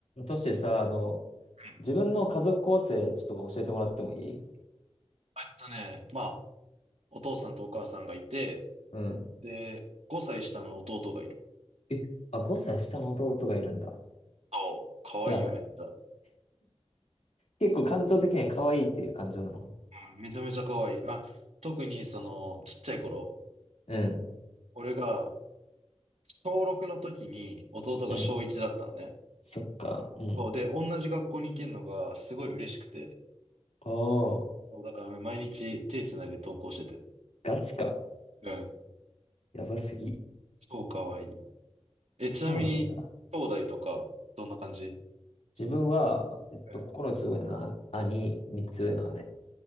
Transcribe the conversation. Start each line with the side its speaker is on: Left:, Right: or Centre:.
Left: トシさ、あの、
Right: うん
Left: 自分の家族構成、ちょっと教えてもらってもいい
Right: えっとね、まあ、お父さんとお母さんがいて、
Left: うん。
Right: で、5歳下の弟がいる。
Left: え、あ、5歳下の弟がいるんだ。
Right: そう。可愛いいよ、
Left: じゃあ、
Right: めっちゃ。
Left: 結構感情的には可愛いっていう感情なの
Right: うん、めちゃめちゃ可愛いい。あ、特にその、ちっちゃい頃、
Left: うん。
Right: 俺が小6の時に弟が小1だったのね。
Left: うん。そっか。うん。
Right: そう、で、同じ学校に行けるのがすごい嬉しくて。
Left: おー、
Right: そう、だから毎日手つないで登校してて。
Left: ガチか。
Right: うん、
Left: やばすぎ。
Right: 超可愛いい。え、ちなみに、
Left: そうなんだ。
Right: 兄弟とか、どんな感じ
Left: 自分は、えっと、
Right: うん。
Left: 9つ上の兄、3つ上の姉。